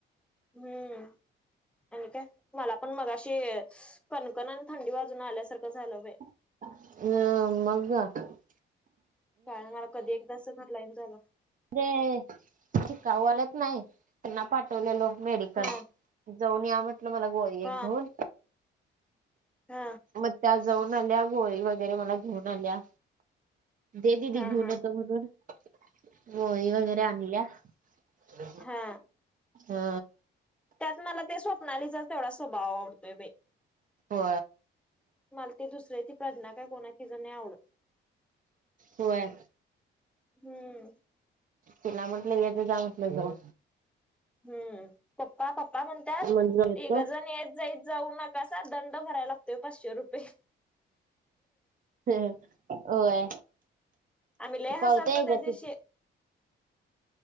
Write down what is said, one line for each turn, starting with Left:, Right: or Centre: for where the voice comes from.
Centre: हम्म. आणि काय मला पण मग अशी कणकण आणि थंडी बाजून आल्यासारखं झालं बाय.
Right: हम मग.
Centre: कारण मला कधी एकदाच घर लाईन झालं
Right: रे शिकाऊ आलंत नाही त्यांना पाठवलेलो मेडिकल
Centre: हा
Right: जाऊन या म्हटलं मला गोरी
Centre: हा
Right: एक घेऊन
Centre: हा
Right: मग त्या जाऊन आल्या गोळी वगैरे मला घेऊन आल्या दे ददी
Centre: हा
Right: घेऊन
Centre: हा
Right: येतो म्हणून. मोळी वगैरे आणली आहे
Centre: हा
Right: हा
Centre: त्यात मला ते स्वप्नालीचा तेवढा स्वभाव आवडतोय बा
Right: हो
Centre: मला ते दुसर्या ती प्रज्ञ काय कोणाची ज नाही आवडत
Right: होय
Centre: हम्म
Right: तिला म्हटलं याच जा म्हटलं जाऊ
Centre: हम्म पप्पा पप्पा म्हणतात
Right: मग येतो
Centre: एक जण येत जाईत जाऊ नका सर दंड भरायला लागतोय पाचशे रुपये
Right: ह होय
Centre: आम्ही लय
Right: पावती
Centre: हसायला
Right: आहे
Centre: तो त्या
Right: ग
Centre: दिवशी
Right: ती